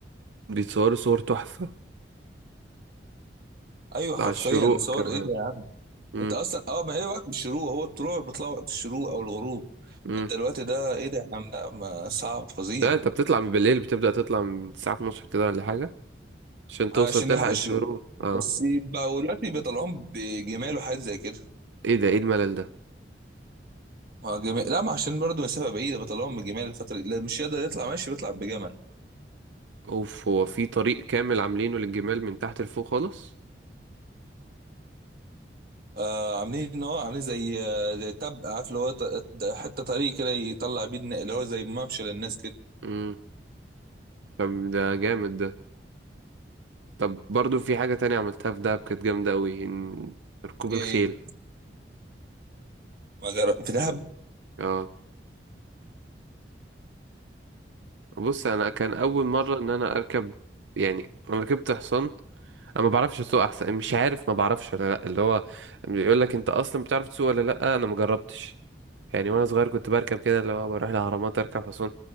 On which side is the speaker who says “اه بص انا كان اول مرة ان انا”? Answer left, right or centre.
Right